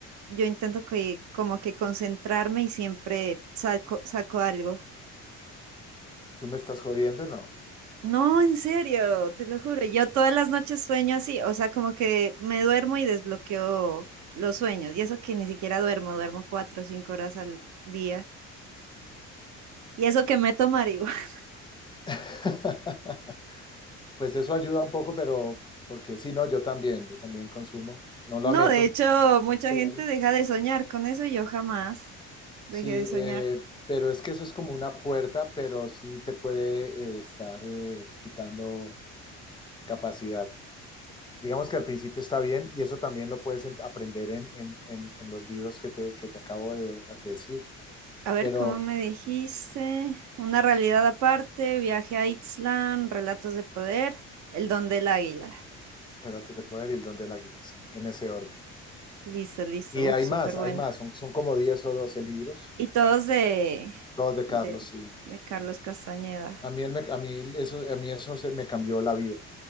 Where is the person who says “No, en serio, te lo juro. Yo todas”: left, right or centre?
Right